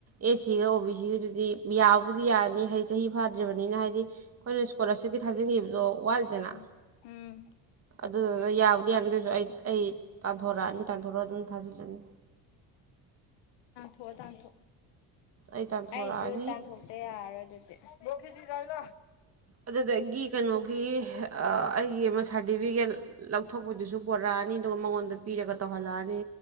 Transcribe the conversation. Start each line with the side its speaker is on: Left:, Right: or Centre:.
Right: ꯑꯦ ꯁꯤꯒ ꯑꯣ ꯕꯤ ꯁꯤꯒꯤꯗꯨꯗꯤ ꯌꯥꯕꯨꯗꯤ ꯌꯥꯔꯅꯤ ꯍꯥꯏꯗꯤ ꯆꯍꯤ ꯐꯥꯗ꯭ꯔꯤꯕꯅꯤꯅ ꯍꯥꯏꯗꯤ ꯍꯥꯏꯗꯤ ꯑꯩꯈꯣꯏꯅ ꯏꯁꯀꯣꯂꯥꯔꯁꯤꯞꯀꯤ ꯊꯥꯖꯤꯟꯈꯤꯕꯗꯣ ꯋꯥꯠꯂꯤꯗꯅ
Left: ꯎꯝ ꯎꯝ ꯎꯝ
Right: ꯑꯗꯨꯗꯨꯅ ꯌꯥꯕꯨꯗꯤ ꯌꯥꯔꯗꯣꯏꯁꯨ ꯑꯩ ꯑꯩ ꯇꯥꯟꯊꯣꯔꯛꯑꯅꯤ ꯇꯥꯟꯊꯣꯔꯛꯑ ꯑꯗꯨꯝ ꯊꯥꯖꯤꯜꯂꯅꯤ
Left: ꯊꯣ ꯇꯥꯟꯊꯣ
Right: ꯑꯩ ꯇꯥꯟꯊꯣꯔꯛꯑꯅꯤ
Left: ꯑꯩꯁꯨ ꯇꯥꯟꯊꯣꯛꯇ ꯌꯥꯔꯣꯏ ꯑꯗꯨꯗꯤ ꯂꯣ ꯀꯖꯤꯗꯤ ꯌꯥ ꯂ
Right: ꯑꯗꯨ ꯑꯩꯗꯒꯤ ꯀꯩꯅꯣꯒꯤ ꯑꯩꯒꯤ ꯑꯃ ꯁꯥꯔꯇꯤꯐꯤꯀꯦꯠ ꯂꯧꯊꯣꯛꯄꯗꯨꯁꯨ ꯄꯣꯔꯛꯑꯅꯤ ꯑꯗꯨꯒ ꯃꯉꯣꯟꯗ ꯄꯤꯔꯒ ꯇꯧꯍꯜꯂꯛꯑꯅꯤ